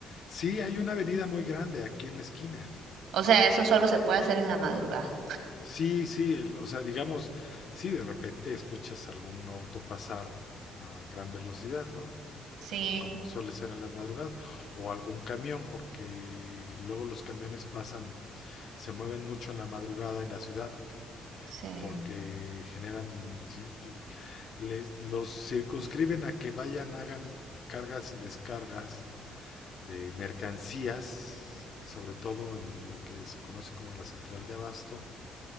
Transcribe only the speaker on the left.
Sí, hay una avenida muy grande aquí en la esquina.
Sí, sí, el- o sea, digamos, sí, de repente escuchas algún auto pasar a gran velocidad, ¿no?
Como suele ser en las madrugadas, o algún camión, porque luego los camiones pasan, se mueven mucho en la madrugada en la ciudad.
porque generan, sí, les, los circunscriben a que vayan, hagan cargas y descargas de mercancías, sobre todo en lo que se conoce como la central de abasto,